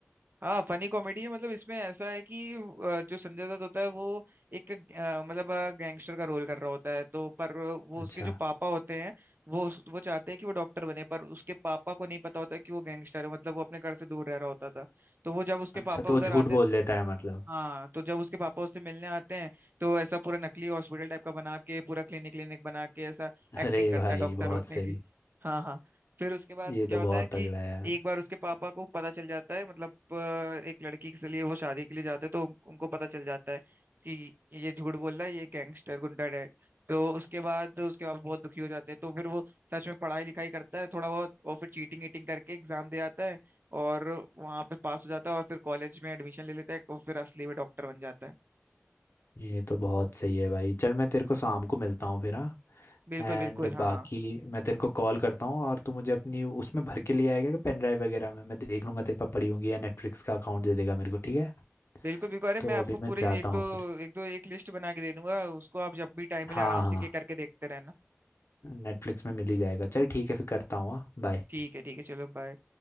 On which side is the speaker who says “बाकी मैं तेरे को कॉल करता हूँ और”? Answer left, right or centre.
Left